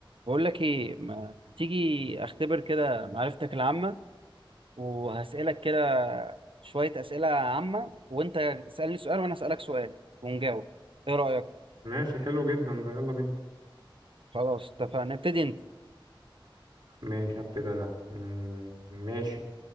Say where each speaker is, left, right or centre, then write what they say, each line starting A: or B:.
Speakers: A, on the right; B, on the right.
A: بقول لك ايه ما تيجي اختبر كده معرفتك العامة وهسألك كده شوية أسئلة عامة وانت اسألني سؤال وانا أسألك سؤال ونجاوب ايه رأيك
B: ماشي حلو جدا ده يلا بينا
A: خلاص اتفقنا ابتدي انت
B: ماشي هبتدي انا مم، ماشي